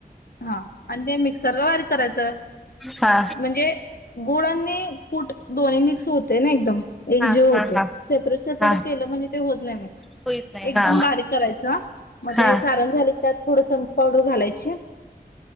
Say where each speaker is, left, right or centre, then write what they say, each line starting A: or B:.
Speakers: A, on the left (about 70°); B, in the centre.
A: हा आणि ते मिक्सरला बारीक करायचं.
B: हा
A: म्हणजे गुळ आणि कूट दोन्ही मिक्स होते ना एकदम. एकजीव
B: हा
A: होतंय
B: हा हा
A: सेपरेट सेपरेट
B: हा
A: केलं म्हणजे ते होत नाही मिक्स
B: कोईच नाही
A: एकदम
B: हा
A: बारीक करायचं मग
B: हा
A: ते सारण झालं की त्यात मीठ पावडर घालायची.